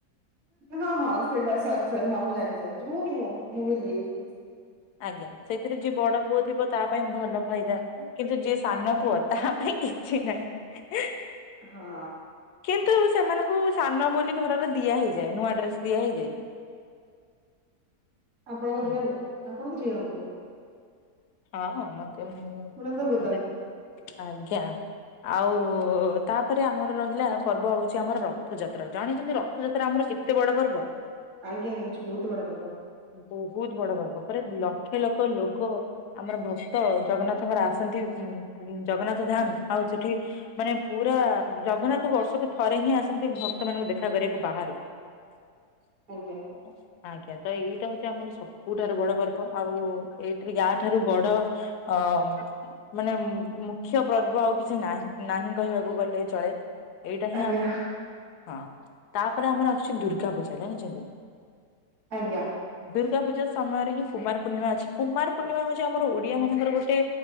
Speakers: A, on the right; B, on the left.
A: ହଁ ହଁ ସେଇଟା ସତ ନୁହଁ ମୁଁ ଜାଣି ସାରିଛି ମୁଁ ମୁଁ ଭୁଲି ଯାଇଥିଲି।
B: ଆଜ୍ଞା ସେଇଥିରେ ଯିଏ ବଡ ପୁଅ ଥିବ ତା ପାଇଁ ଭଲ ଫାଇଦା କିନ୍ତୁ ଯିଏ ସାନ ପୁଅ ତାହା ପାଇଁ କିଛି ନାହିଁ।
A: ହଁ।
B: କିନ୍ତୁ ସେମାନଙ୍କୁ ସାନ ବୋଲି ଘରର ଦିଆ ହେଇଯାଏ। ନୂଆ ଡ୍ରେସ ଦିଆ ହେଇଯାଏ।
A: ଆପଣଙ୍କୁ
B: ହୁଁ,
A: ଦିଆକୁ ଆପଣଙ୍କୁ ଦିଆ ହଉ ତୁ <unintelligible>
B: ହଁ ମତେ
A: ଏଟା ତ ଗୋଦାମ
B: ମତେ ଆଜ୍ଞା। ଆଉ ତାପରେ ଆମର ରହିଲା ପର୍ବ ହଉଛି ଆମର ରଥଯାତ୍ରା ଜାଣି ଛନ୍ତି ରଥଯାତ୍ରା ଆମର କେ ତେ ବଡ଼ ପର୍ବ।
A: ଆଜ୍ଞା ଜାଣିଚୁ ବହୁତ ବଡ଼ ପର୍ବ।
B: ବହୁତ ବଡ ପର୍ବ ପରେ ଲକ୍ଷେ ଲକ୍ଷ ଲୋକ ଆମର ଭକ୍ତ ଜଗନ୍ନାଥଙ୍କର ଆସ ଛନ୍ତି ଜଗନ୍ନାଥ ଧାମ ଆଉ ସେଠି ମାନେ ପୁରା ଜଗନ୍ନାଥ ବର୍ଷକୁ ଥରେ ହିଁ ଆସନ୍ତି ଭକ୍ତ ମାନଙ୍କୁ ଦେଖା କରିବାକୁ ବାହାରକୁ। <unintelligible>
A: ଆଜ୍ଞା।
B: ଆଜ୍ଞା ତ ଏଇଟା ହଉଛି ଆମର ସବୁଠାରୁ ବଡ ପର୍ବ ଆଉ ଏଇଠା ରେ ଗା ତା ଠାରୁ ବଡ ଅ ମାନେ ମୁଖ୍ୟ ପର୍ବ ଆଉ କିଛି ନାଁ ନାହିଁ କହିବାକୁ ଗଲେ ଚଳେ। ଏଇଟା ହିଁ
A: ଆଜ୍ଞା
B: ଆମର ହଁ ତାପରେ ଆମର ଆସୁଛି ଦୁର୍ଗା ପୂଜା ଜାଣିଛନ୍ତି।
A: ଆଜ୍ଞା।
B: ଦୁର୍ଗା ପୂଜା ସମୟରେ ହିଁ କୁମାର ପୂର୍ଣ୍ଣିମା ଅଛି। କୁମାର ପୂର୍ଣ୍ଣିମା
A: ଆଜ୍ଞା
B: ହଉଛି ଆମ ଓଡିଆ ମାନଙ୍କର ଗୋଟେ